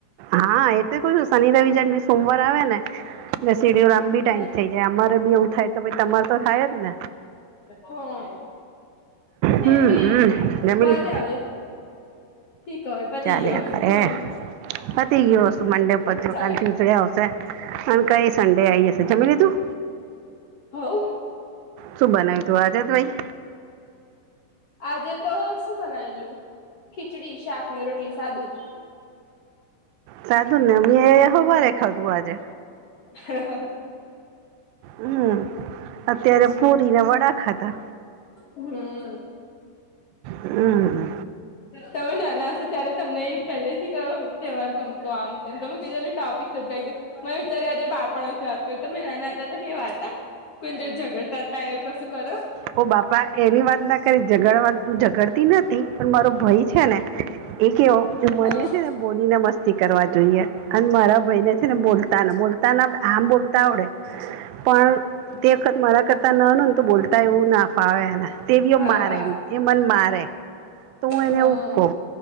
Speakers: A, on the right; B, on the left.
A: હા એ તો કેવું છું શનિ રવિ જ્યારેભી સોમવાર આવે ને એટલે સીડીયુલ્ટ આપ લાંબી
B: હ
A: ટાઈમ થઈ જાય અમારે બી એવું થાય તો તમાર તો થાય જ ને.
B: હ ને
A: હમ્મ
B: બી
A: અમ્મ જમી
B: બને
A: લી?
B: હવે ઠીક હવે પતી
A: ચાલ્યા
B: ગયો
A: કરે
B: મંડે
A: પતિ ગયો મંડે પત્યો
B: ચાલે
A: કાલે રિયુશડે આવશે. અને કરી સંડે આવી જશે જમી લીધું?
B: હઉ.
A: શું બનાવ્યું તું આજે તો ભાઈ
B: આજે તો શું બનાવેલું ખીચડી શાક ને રોટલી સાદું જ. <inaudible>
A: સાદુ જ ને મેં હવારે ખાધું આજે.
B: હ હ હા
A: હમ્મ અત્યારે પુરીને વડા ખાધા.
B: હમ
A: હમ્મ.
B: તમે નાના હશો ત્યારે તમને એ પહેલે થી કયો તહેવાર ગમતો આમ તેમ તમે કીધું ટોપીક શોધી મેં વિચાર્યું કે આજે બાળપણ વિશે વાત તે તમે નાના હતા ત્યારે કેવા હતા કોઈ જોડે ઝગડતા તા એવું કસું કરો?
A: ઓ બાપા એની વાત ના કરીશ ઝગડવા ઝગડતી નથી પણ મારો ભાઈ છે ને એ કેવો કે મને
B: હા
A: છે ને બોલીને મસ્તી કરવા જોઈએ અને મારા ભાઈ ને છે ને બોલતા ને બોલ <unintelligible> આમ બોલતા આવડે પણ તે વખત મારા કરતા નાનો ને તો બોલતા તા એવું ના ફાવે એને, તેવીઓ
B: હા
A: મારે
B: હા હા
A: એમાં, એ મન મારે તો હું એને
B: હા
A: એવું કઉ